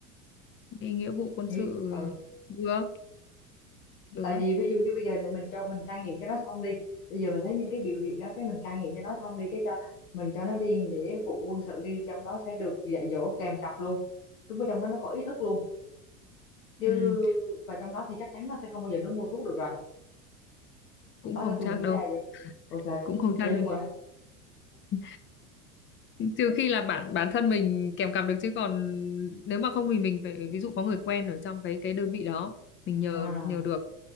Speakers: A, on the left; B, on the left.
A: đi nghĩa vụ quân
B: Nghĩ,
A: sự
B: ừ,
A: ờ, được được
B: tại
A: á
B: vì ví dụ như bây giờ này mình cho mình cai nghiện cho nó xong đi bây giờ mình thấy những cái biểu hiện đó cái mình cai nghiện cho nó xong đi cái cho mình cho nó đi nghĩa vụ quân sự đi trong đó sẽ được dạy dỗ kèm cặp luôn đúng ở trong đó nó có ý thức luôn chứ
A: ừ,
B: và trong đó thì chắc chắn nó sẽ không bao giờ nó mua thuốc được rồi
A: cũng
B: đó
A: không
B: là tôi
A: chắc
B: nghĩ
A: đâu
B: ra vậy ôi trời
A: cũng không chắc
B: vậy luôn
A: đâu <laughs> trừ khi là bản bản thân mình kèm cặp được chứ còn nếu mà không thì mình phải ví dụ có người quen ở trong cái cái đơn vị đó mình nhờ
B: à
A: nhờ được